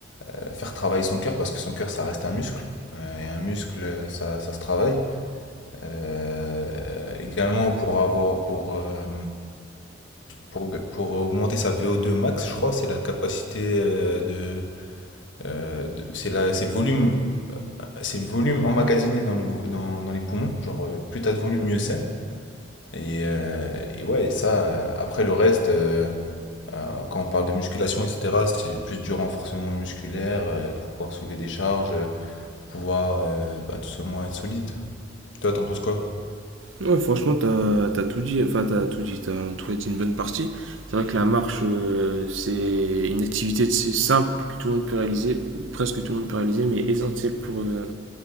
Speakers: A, on the left (about 75°); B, on the right (about 85°).
A: euh, faire travailler son cœur, parce que son cœur, ça reste un muscle. Euh, et un muscle, ça, ça se travaille. Euh, également pour avoir pour, euh, pour pour augmenter sa vo deux max, je crois, c'est la capacité euh, de, euh, de- c'est la c'est le volume euh, c'est le volume emmagasiné dans le vo- dans, dans les poumons, genre euh, plus t'as de volume mieux c'est. Et, euh, et ouais, et ça euh, après le reste euh, euh, quand on parle de musculation etc., c'est plus du renforcement musculaire euh, pour pouvoir soulever des charges, euh, pour pouvoir euh, bah, tout simplement être solide. Toi, t'en penses quoi?
B: Ouais, franchement, t'as, t'as tout dit, enfin, t'as tout dit, t'as en tout cas dit une bonne partie. C'est vrai que la marche, euh, c'est une activité c'est simple que tout le monde peut réaliser, ou presque tout le monde peut réaliser, mais essentielle pour, euh,